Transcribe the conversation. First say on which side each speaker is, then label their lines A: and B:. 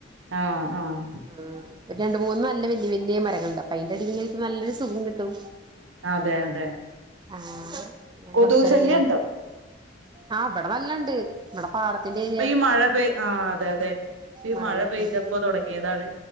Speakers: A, on the right; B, on the right.
A: ആഹ് ആഹ്
B: ഉം ഒരു രണ്ട് മൂന്നു നല്ല വല്ല്യ വല്ല്യ മരങ്ങള്ണ്ട് അപ്പയിന്റെ അടിയിലിങ്ങെരിക്കുമ്പോ നല്ലൊരു സുഖം കിട്ടും.
A: അതെ അതെ
B: ആ ഞാൻ
A: കൊതുക്
B: കൊറച്ചേരങ്ങനെ
A: ശല്യം ഉണ്ടോ
B: ആ ഇബടെ നല്ലണ്ട്. ഇബടെ പാടത്തിന്റേരിയാ
A: ഇപ്പ ഈ മഴ പെയ് ആ അതെ അതെ ഇപ്പ ഈ
B: മഴയൊക്കെയാണ്
A: മഴ പെയ്തപ്പോ തുടങ്ങിയതാണ്.